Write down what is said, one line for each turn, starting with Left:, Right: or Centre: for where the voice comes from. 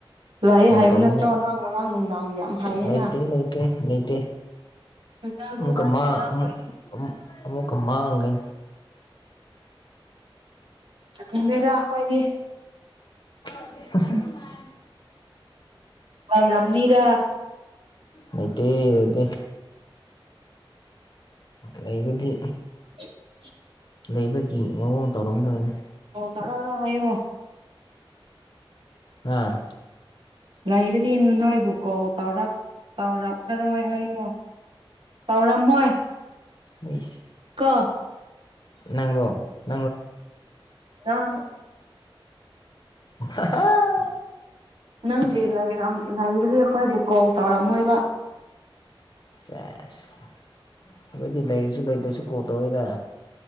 Right: ꯂꯥꯛꯑꯦ
Left: ꯀꯣꯜ
Right: ꯍꯥꯏꯕ
Left: ꯇꯧꯅꯤꯡꯉꯥꯏ
Right: ꯅꯠꯇ꯭ꯔꯣ ꯅꯪ ꯉꯥꯔꯥꯡ ꯅꯨꯡꯗꯥꯡ ꯌꯥꯝ ꯍꯥꯏꯌꯦꯅ
Left: ꯂꯩꯇꯦ ꯂꯩꯇꯦ ꯂꯩꯇꯦ
Right: ꯊꯥꯖꯕ
Left: ꯑꯃꯨꯛꯀ
Right: ꯋꯥꯠꯂꯦꯗ
Left: ꯃꯥꯛ
Right: ꯑꯩꯈꯣꯏꯗꯤ
Left: ꯑꯃꯨꯛ ꯑꯃꯨꯛ ꯑꯃꯨꯛꯀ ꯃꯥꯡꯒ꯭ꯔꯦ
Right: ꯈꯪꯗꯦꯗ ꯑꯩꯈꯣꯏꯗꯤ
Left: ꯍꯨ ꯍꯨ
Right: ꯑꯣꯏꯔꯝꯅꯤꯗ
Left: ꯅꯩꯇꯦ ꯅꯩꯇꯦ ꯂꯩꯅꯤꯗꯤ
Right: <unintelligible>
Left: ꯂꯩꯕꯒꯤ ꯃꯑꯣꯡ ꯇꯧꯔꯝꯗꯣꯏꯅꯤ
Right: ꯇꯧꯔꯔꯣꯏ ꯍꯥꯏꯋꯣ
Left: ꯍꯥꯥ
Right: ꯂꯩꯔꯗꯤ ꯅꯣꯏꯕꯨ ꯀꯣꯜ ꯇꯧꯔꯛ ꯇꯧꯔꯛꯑꯔꯣꯏ ꯍꯥꯏꯌꯣ ꯇꯧꯔꯝ ꯃꯣꯏ
Left: ꯑꯩꯁ
Right: <unintelligible>
Left: ꯅꯪꯔꯣ ꯅꯪꯔꯣ
Right: ꯅꯪ
Left: ꯍꯥꯍꯥꯑ
Right: ꯅꯪꯗꯤ ꯂꯩꯔꯝ ꯂꯩꯔꯝꯒꯦ ꯑꯩꯈꯣꯏꯕꯨ ꯀꯣꯜ ꯇꯧꯔꯝꯃꯣꯏꯕ
Left: ꯖꯁ ꯑꯩꯈꯣꯏꯗꯤ ꯂꯩꯁꯨ ꯂꯩꯇꯁꯨ ꯀꯣꯠ ꯇꯩꯋꯦꯗ